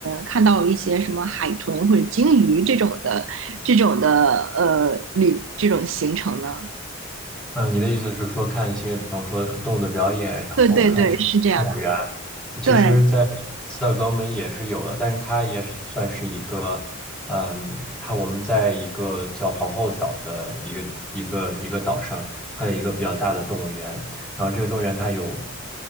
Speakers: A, on the right; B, in the centre.
A: 看到一些什么海豚或者鲸鱼这种的这种的呃旅这种行程呢？
B: 嗯，你的意思是说看一些，比方说动物的表演，然后看动物园，
A: 对对对，是这样的。
B: 其实，
A: 对，
B: 在斯德哥尔摩也是有的，但是它也是算是一个，嗯，它我们在一个叫皇后岛的一个一个一个岛上，它有一个比较大的动物园，然后这个动物园它有，